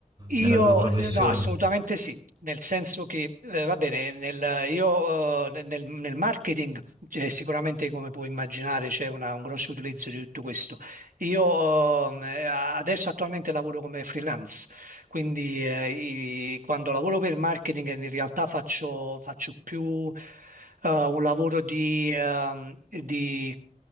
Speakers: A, on the right (about 70°); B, on the right (about 30°).
A: Io,
B: nella tua professione?
A: io- no, assolutamente sì, nel senso che, eh, va bene, nel, io, eh, nel, nel marketing, cioè, sicuramente come puoi immaginare c'è una- un grosso utilizzo di tutto questo. Io, eh, adesso attualmente lavoro come freelance quindi eh, i- quando lavoro per marketing in realtà faccio, faccio più eh, un lavoro di, ehm, di